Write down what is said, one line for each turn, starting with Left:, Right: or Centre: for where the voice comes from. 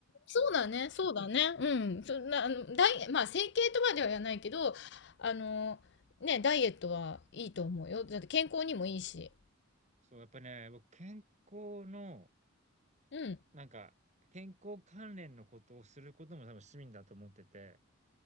Left: そうだね、そうだね。うん。そんな、あの、ダイエまあ、整形とまでは言わないけど、あの、ね、ダイエットはいいと思うよ。だって健康にもいいし。
Right: そう、やっぱね、僕、健康の、
Left: うん。
Right: なんか、健康関連のことをすることも多分趣味だと思ってて、